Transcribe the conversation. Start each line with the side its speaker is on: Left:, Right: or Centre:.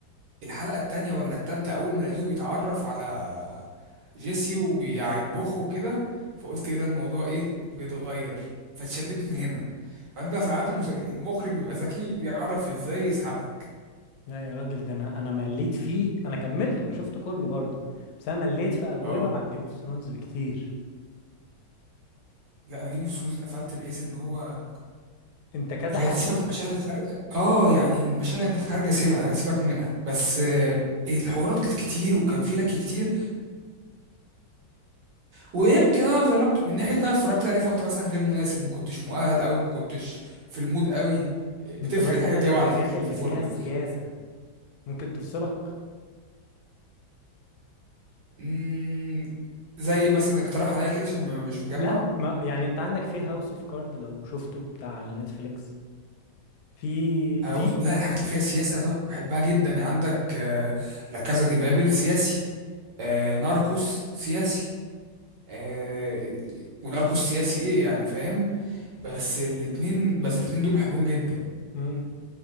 Right: الحلقه التانية ولا التالتة اول ما لقيته بيتعرف على جيسي وبيطبخه
Left: جي سي اه
Right: وكده فقلت ايه ده الموضوع ايه بيتغير فاتشددت من هنا فانت ساعات المس... المخرج بيبقى ذكي بيعرف ازاي يسحبك
Left: لا يا راجل ده انا انا مليت فيه انا كملته انا شفته كله برضه بس انا مليت في اوله
Right: اه
Left: عن جيم اوف ثرونز بكتير
Right: لا انا جيم اوف ثرونز اتقفلت بحيث ان هو
Left: انت كذا
Right: يعني
Left: حاجه
Right: سيبك من المشاهد الخارجه اه يعني المشاهد
Left: مم.
Right: الخارجه سيبها سيبك منها بس آه، الحوارات كانت كتير وكان في لك كتير ويمكن انا ظلمت من ناحيه ان انا اتفرجت عليه في وقت مثلا غير مناسب ما كنتش مؤهل او ما كنتش في المود قوي بتفرق
Left: انت مثلا
Right: الحاجات دي قوي
Left: الحاجات
Right: على فكره
Left: اللي
Right: في الفرجه
Left: فيها السياسه ممكن تفصلك
Right: امم زي مثلا اقترح عليا كده عشان ما- مش مجمع
Left: لا ما يعني انت عندك في هاوس اوف كارد لو شفته بتاع على نتفليكس في
Right: هاوس
Left: في
Right: لا الحاجات اللي فيها سياسه طب بحبها جدا يعني عندك آه، لا كازا دي بابل سياسي آه، ناركوس سياسي آه، وناركوس سياسي ايه يعني فاهم بس الاتنين بس الاتنين دول بحبهم جدا
Left: مم.